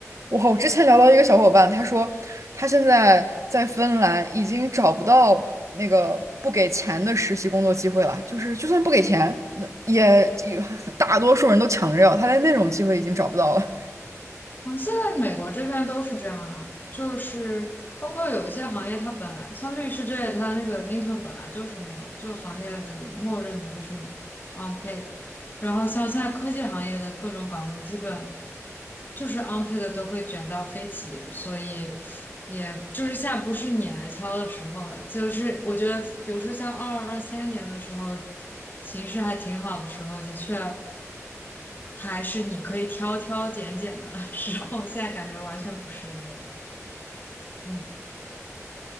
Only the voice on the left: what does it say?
啊，现在美国这边都是这样啊，就是包括有一些行业，它本来像律师这类它那个 intern 本来就是没有，就行业的默认的就是 unpaid，然后像现在科技行业的各种岗位，基本就是 unpaid 的都会卷到飞起，所以也就是现在不是你来挑的时候了，就是我觉得，比如说像二二二三年的时候，形势还挺好的时候，的确。还是你可以挑挑拣拣的时候，<laughs> 现在感觉完全不是因为，嗯，